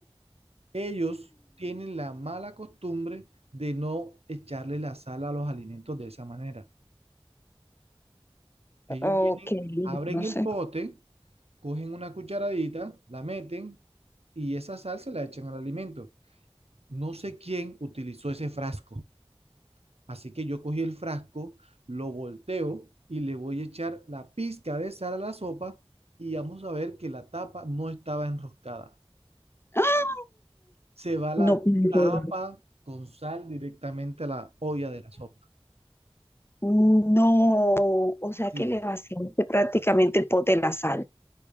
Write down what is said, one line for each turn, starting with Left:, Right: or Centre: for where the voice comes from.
Right: Ellos tienen la mala costumbre de no echarle la sal a los alimentos de esa manera. Ellos
Left: Ok,
Right: vienen, abren
Left: no
Right: el
Left: sé.
Right: pote, cogen una cucharadita, la meten y esa sal se la echan al alimento. No sé quién utilizó ese frasco. Así que yo cogí el frasco, lo volteo y le voy a echar la pizca de sal a la sopa y vamos a ver que la tapa no estaba enroscada.
Left: ¡Ah!
Right: Se va la
Left: No, pero-
Right: tapa con sal directamente a la olla de la sopa.
Left: no. O sea
Right: Sí,
Left: que le vaciaste prácticamente el pote de la sal.